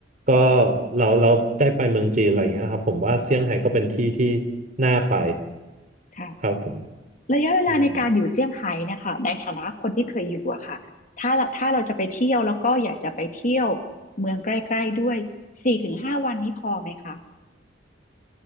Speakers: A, on the right; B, on the left.
A: ก็เราเราได้ไปเมืองจีนอะไรอย่างเงี้ยครับผมว่าเซี่ยงไฮ้ก็เป็นที่ที่น่าไป
B: ค่ะ
A: ครับผม
B: ระยะเวลาในการอยู่เซี่ยงไฮ้เนะคะในฐานะคนที่เคยอยู่อะค่ะถ้าเราถ้าเราจะไปเที่ยวแล้วก็อยากจะไปเที่ยว
A: อืม
B: เมืองใกล้ๆด้วยสี่ถึงห้าวันนี้พอไหมคะ